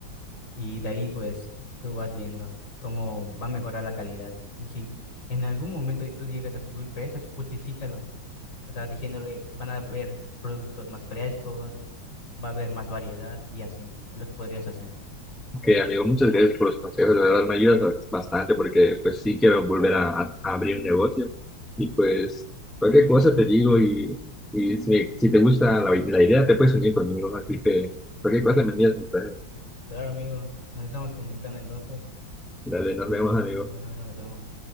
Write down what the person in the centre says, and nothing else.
Ok, amigo, muchas gracias por los consejos, de verdad me ayudas bastante porque pues sí quiero volver a, a- a abrir un negocio y pues cualquier cosa te digo y, y si, si te gusta la, la idea te puedes unir conmigo, así que cualquier cosa me envías mensaje.
Dale, nos vemos, amigo.